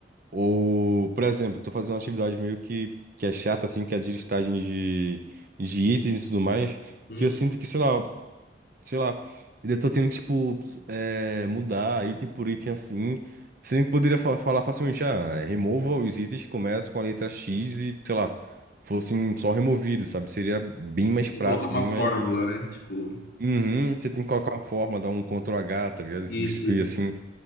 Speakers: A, on the right; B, on the left.
A: Ou, por exemplo, tô fazendo uma atividade meio que, que é chata, assim, que é de listagem de, de itens e tudo mais,
B: Uhum.
A: que eu sinto que, sei lá, sei lá, eu tô tendo que, tipo, é, mudar item por item assim. Você nem poderia fa- falar facilmente, ah, remova os itens que começam com a letra X e, sei lá, fossem só removidos, sabe? Seria bem mais
B: Tem
A: prático,
B: que colocar uma
A: bem mais.
B: fórmula, né? Tipo,
A: Uhum, você tem que colocar uma forma, dar um Ctrl H, tá ligado?
B: Isso,
A: E substituir
B: isso.
A: assim.